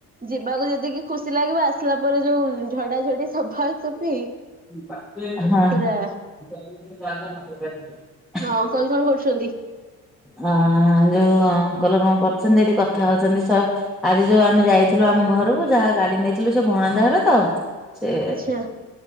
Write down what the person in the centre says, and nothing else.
ହଁଁ।
ହଁ ଯୋଉ ଅଙ୍କଲ କଣ କରୁଛନ୍ତି, ଏଠି କଥା ହଉଛନ୍ତି ସ ଆଜି ଯୋଉ ଆମେ ଯାଇଥିଲୁ ଆମ ଘରକୁ ଯାହା ଗାଡି ନେଇଥିଲୁ ସେ ଭଣଜା ହେବେ ତ ସେ